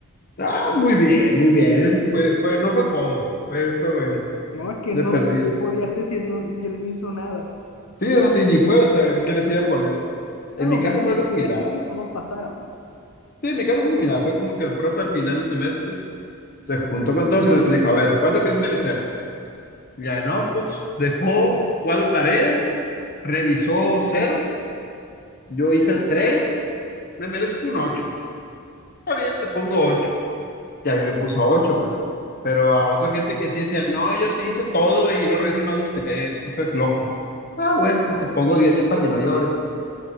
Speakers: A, on the left (about 45°); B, on the left (about 80°).
A: Ah, muy bien, muy bien. Fue, fue, no fue codo, fue, fue bueno,
B: No, es que
A: de
B: no,
A: perdido.
B: ¿qué podía hacer si él no, si él no hizo nada?
A: Sí, o sea, sí, ni fue, o sea, ¿qué les iba a poner?
B: O
A: En
B: sea, lo
A: mi caso
B: mínimo
A: fue algo
B: que podía
A: similar.
B: hacer es que todos pasáramos.
A: Sí, en mi caso fue similar. Fue como que el profe al final del semestre se juntó con todos y nos dijo, a ver, ¿cuánto crees merecer? Y Ya, no, pues dejó cuatro tareas, revisó cero, yo hice tres, me merezco un ocho. Está bien, te pongo ocho. y a mí me puso ocho, pues. Pero a otra gente que sí decía, no, yo sí hice todo y no reviso nada de usted, profe flojo. Ah, bueno, pues te pongo 10 para que no llores.